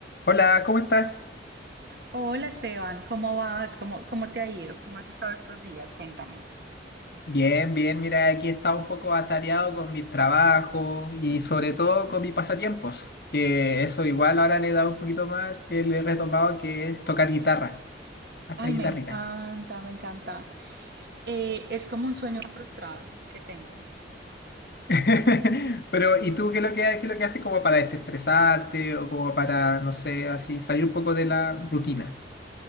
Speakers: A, on the left; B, on the right.
A: Hola, ¿cómo estás?
B: Hola Esteban, ¿cómo vas? ¿Cómo, cómo te ha ido? ¿Cómo has estado estos días? Cuéntame.
A: Bien, bien, mira, aquí estaba un poco atareado con mis trabajos y sobre todo con mis pasatiempos, que eso igual ahora le he dado un poquito más, que le he retomado, que es tocar guitarra, hasta
B: Ay,
A: guitarrita.
B: me encanta, me encanta. Eh, es como un sueño frustrado que tengo.
A: <laughs> Pero, ¿y tú qué es lo que, qué es lo que haces como para desestresarte o como para, no sé, así salir un poco de la rutina?